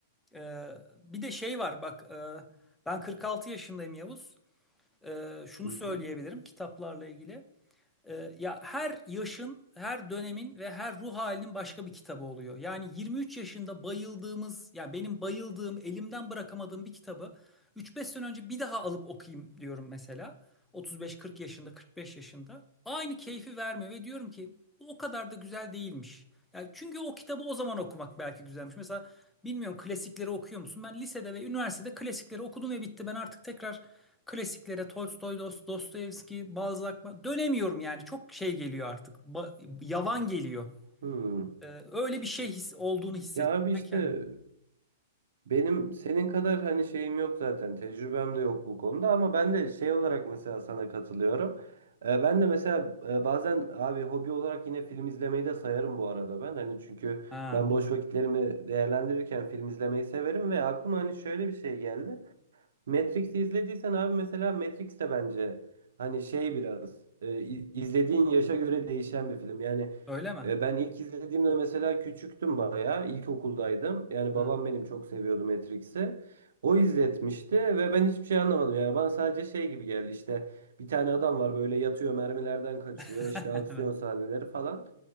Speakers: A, in the centre; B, on the right.
A: Ee, bir de şey var bak e, ben 46 yaşındayım Yavuz. Ee, şunu
B: Hı
A: söyleyebilirim
B: hı.
A: kitaplarla ilgili. Ee, ya her yaşın, her dönemin ve her ruh halinin başka bir kitabı oluyor. Yani 23 yaşında bayıldığımız, ya benim bayıldığım, elimden bırakamadığım bir kitabı 3-5 sene önce bir daha alıp okuyayım diyorum mesela. 35-40 yaşında, 45 yaşında. Aynı keyfi vermiyor ve diyorum ki bu o kadar da güzel değilmiş. Yani çünkü o kitabı o zaman okumak belki güzelmiş. Mesela bilmiyorum klasikleri okuyor musun? Ben lisede ve üniversitede klasikleri okudum ve bitti. Ben artık tekrar klasiklere Tolstoy, Dost, Dostoyevski, Balzac dönemiyorum yani. Çok şey geliyor artık. Ba- yavan geliyor.
B: Hmm.
A: Ee, öyle bir şey his olduğunu hissettim
B: Ya abi işte
A: ben kendim.
B: benim senin kadar hani şeyim yok zaten, tecrübem de yok bu konuda ama ben de şey olarak mesela sana katılıyorum. Ee, ben de mesela e, bazen abi hobi olarak yine film izlemeyi de sayarım bu arada ben. Hani çünkü
A: Ha,
B: ben boş vakitlerimi değerlendirirken film izlemeyi severim ve aklıma hani şöyle bir şey geldi. Matrix'i izlediysen abi mesela Matrix de bence hani şey biraz e, i- izlediğin yaşa göre değişen bir film. Yani
A: öyle mi?
B: e, ben ilk izlediğimde mesela küçüktüm bayağı. İlkokuldaydım. Yani
A: Ha.
B: babam benim çok seviyordu Matrix'i. O izletmişti ve ben hiçbir şey anlamadım. Yani bana sadece şey gibi geldi işte bir tane adam var böyle yatıyor mermilerden kaçıyor
A: <laughs>
B: işte aksiyon
A: Evet.
B: sahneleri falan.